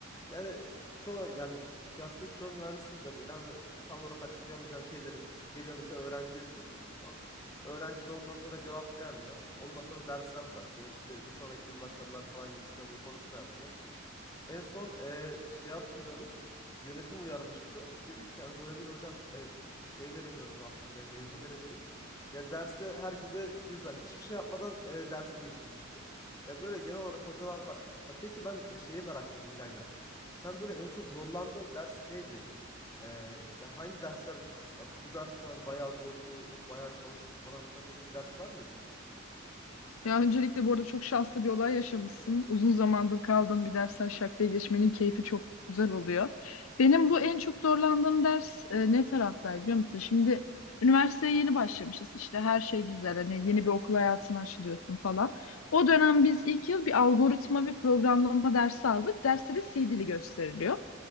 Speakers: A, on the left; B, on the left.
A: Yani çoğu yani piyasadaki çoğu mühendisin bile böyle hani tam olarak açıklayamayacağı şeyleri geliyor mesela öğrenciye soruyor. Tamam mı? Öğrenci de ondan sonra cevaplayamıyor. Ondan sonra dersten bırakıyor. İşte bir sonraki yıl başlarlar falan gibisinden bir konuşma yapıyor. En son e, şey hatırlıyorum. Yönetim uyarmıştı. Dedi ki hani böyle böyle hocam e, şey veremiyoruz artık ya mezun veremiyoruz. Ya derse herkese yüz ver. Hiçbir şey yapmadan e, dersi geçirmişti. Ya böyle genel olarak hocalar var. Ya peki ben e, şeyi merak ettim İlayda. Sen böyle en çok zorlandığın ders neydi? E, ya hangi dersler ya bu derste hani bayağı zordu, bayağı çalıştım falan filan dediğin bir ders var mıydı?
B: Ya öncelikle bu arada çok şanslı bir olay yaşamışsın. Uzun zamandır kaldığım bir dersten şarkıya geçmenin keyfi çok güzel oluyor. Benim bu en çok zorlandığım ders e, ne taraftaydı biliyor musun? Şimdi üniversiteye yeni başlamışız. İşte her şey güzel. Hani yeni bir okul hayatına açılıyorsun falan. O dönem biz ilk yıl bir algoritma ve programlama dersi aldık. Derste de C dili gösteriliyor.